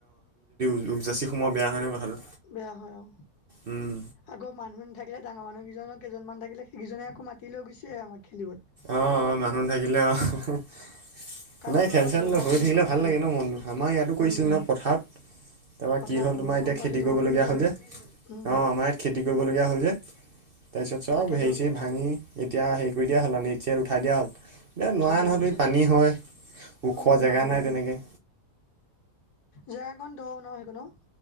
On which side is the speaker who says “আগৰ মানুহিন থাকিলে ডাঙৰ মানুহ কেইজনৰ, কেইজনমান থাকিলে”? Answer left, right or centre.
Left